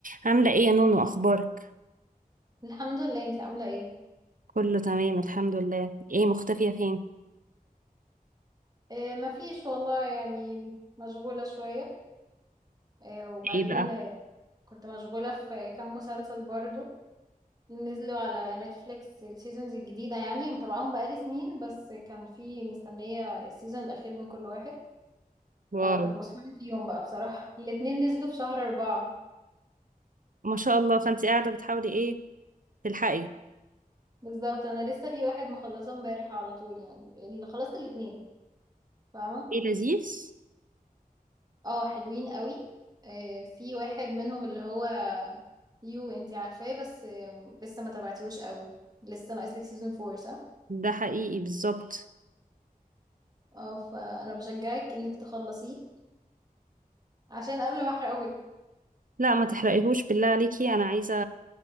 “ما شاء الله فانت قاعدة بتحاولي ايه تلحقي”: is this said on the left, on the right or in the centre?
Right